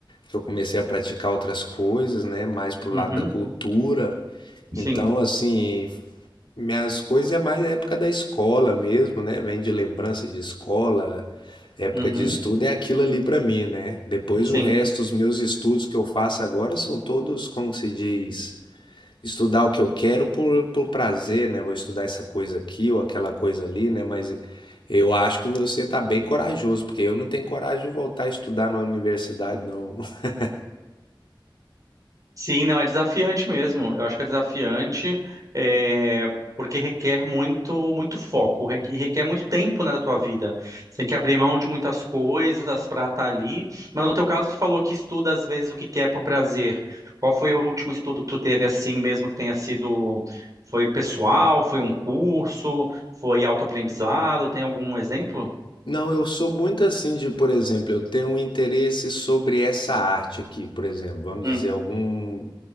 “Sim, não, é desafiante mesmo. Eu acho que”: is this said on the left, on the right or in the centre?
Right